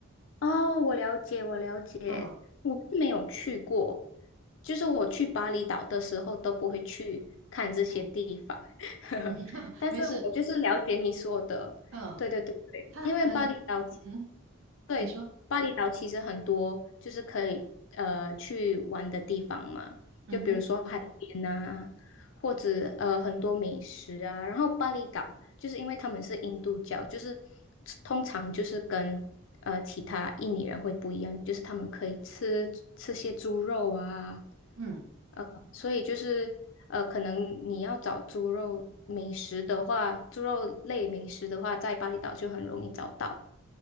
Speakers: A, on the left (about 65°); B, on the right (about 75°).
A: 哦，我了解，我了解。
B: 啊，
A: 我是没有去过，就是我去巴厘岛的时候都不会去看这些地方，
B: 嗯
A: <laughs>
B: 嗯，<laughs>
A: 但是我就是了解你说的，
B: 没事，嗯，
A: 对对对对，
B: 它很嗯哼
A: 因为巴厘岛。对，
B: 你说，
A: 巴厘岛其实很多就是可以呃去玩的地方嘛，
B: 嗯哼。
A: 就比如说海边啊，或者呃很多美食啊。然后巴厘岛就是因为他们是印度教，就是通常就是跟呃其他印尼人会不一样，就是他们可以吃吃些猪肉啊，
B: 嗯。
A: 呃，所以就是呃可能你要找猪肉美食的话，猪肉类美食的话，在巴厘岛就很容易找到。